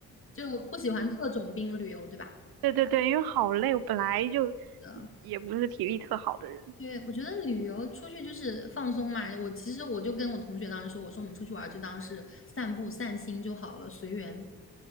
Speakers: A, on the left; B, on the right.
A: 就不喜欢特种兵旅游，对吧？
B: 对对对，因为好累，我本来就嗯也不是体力特好的人。
A: 的。对，我觉得旅游出去就是放松嘛。我其实我就跟我同学当时说，我说我们出去玩儿就当是散步散心就好了，随缘。